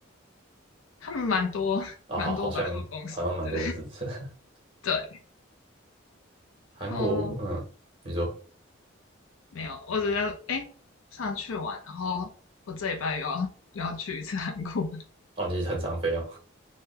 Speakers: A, on the left; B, on the right.
A: 他们蛮多蛮多百货公司的，
B: 哦，好，好像好像蛮多都是这。<laughs>
A: 对，
B: 韩国，
A: 然后
B: 嗯，你说，
A: 没有，我只要哎上去玩，然后我这礼拜又要又要去一次韩国，
B: 哦，你很常飞哦，